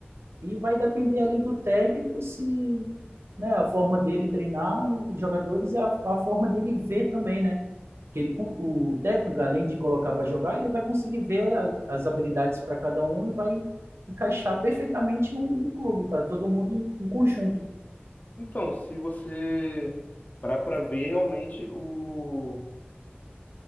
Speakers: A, on the right (about 85°); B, on the left (about 40°).
A: E vai depender ali do técnico se né, a forma dele treinar os jogadores e a, a forma dele ver também, né? que ele, con- o técnico, além de colocar para jogar, ele vai conseguir ver a- as habilidades para cada um e vai encaixar perfeitamente num, num clube, para todo mundo em, em conjunto.
B: Então, se você parar para ver realmente o